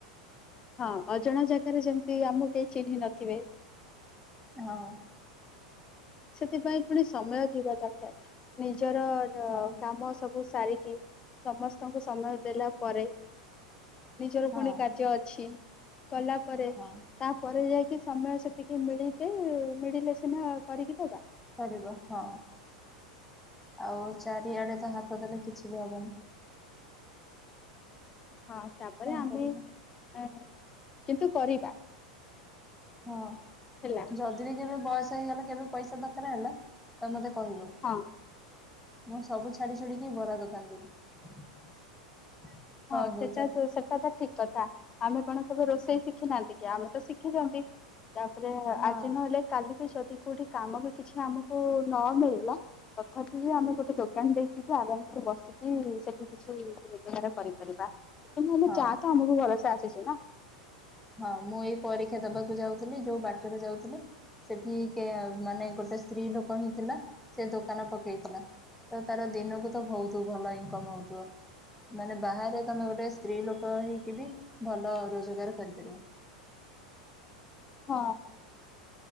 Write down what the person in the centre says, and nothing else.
ହଁ।
ହଁ
ହଁ
ହଁ
କରିବ ହଁ, ଆଉ ଚାରିଆଡେ ତ ହାତ ଦେଲେ କିଛି ବି ହବନି।
କଣ
କରିବା
ହଁ
ଯଦି ବି କେବେ ବୟସ ହେଇଗଲା କେବେ ପଇସା ଦରକାର ହେଲା, ତମେ ମତେ କହିବ।
ମୁଁ ସବୁ ଛାଡି ଛୁଡିକି ବରା ଦୋକାନ ଦେବି। କଣ
କହୁଛ
ହଁ
ହଁ
ହଁ ମୁଁ ଏଇ ପରୀକ୍ଷା ଦବାକୁ ଯାଉଥିଲି, ଯୋଉ ବାଟରେ ଯାଉଥିଲି। ସେଠି କେ ମାନେ ଗୋଟେ ସ୍ତ୍ରୀ ଲୋକ ହିଁ ଥିଲା, ସେ ଦୋକାନ ପକେଇଥିଲା। ତ ତାର ଦିନକୁ ତ ବହୁତ ଭଲ ଇନକମ ହଉଥିବ। ମାନେ ବାହାରେ ତମେ ଗୋଟେ ସ୍ତ୍ରୀ ଲୋକ ହେଇକି ବି, ଭଲ ରୋଜଗାର କରିପାରିବ।